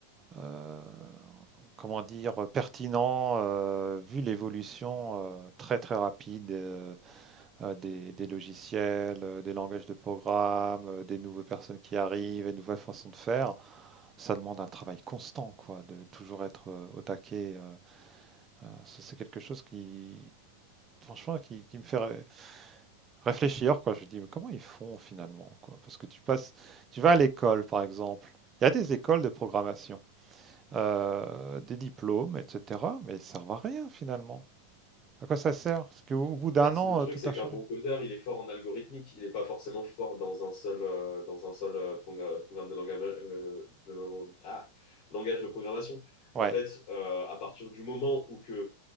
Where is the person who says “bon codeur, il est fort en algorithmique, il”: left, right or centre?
Left